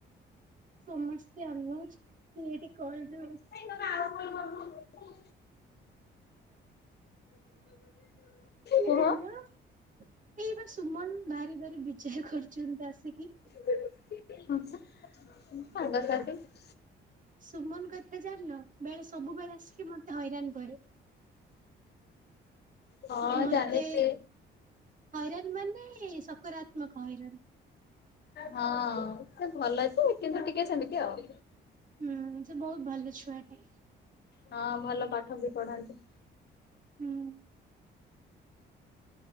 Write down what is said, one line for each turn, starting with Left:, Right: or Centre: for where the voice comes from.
Right: ସମସ୍ତେ ଅନଉଚନ୍ତି ଏଇଠି କଲ୍ ରେ ଆଉ।
Left: ହେଇ ତମେ ଆଉ କଲ୍ କରୁନ।
Right: ଏ-ଏ
Left: କୁହ
Right: ହ୍ୟାଲୋ, ଏଇ ବା ସୁମନ ଭାରି ଭାରି ବିଚାର କରୁଛନ୍ତି ଆସିକି।
Left: ହଁ ସାର୍, ସାଙ୍ଗସାଥି
Right: ସୁମନ କଥା ଜାଣିଲ, ବେଳେ ସବୁବେଳେ ଆସିକି ମତେ ହଇରାଣ କରେ।
Left: ହଁ
Right: ମତେ,
Left: ଚାଲିଛି।
Right: ହଇରାଣ ମାନେ ସକାରାତ୍ମକ ହଇରାଣ।
Left: ହଁ, ସେ ଭଲ ଯେ କିନ୍ତୁ ଟିକେ ସେମିତି ଆଉ।
Right: ହୁଁ, ସେ ବହୁତ ଭଲ ଛୁଆଟେ।
Left: ହଁ, ଭଲ ପାଠ ବି ପଢ଼ନ୍ତି।
Right: ହୁଁ।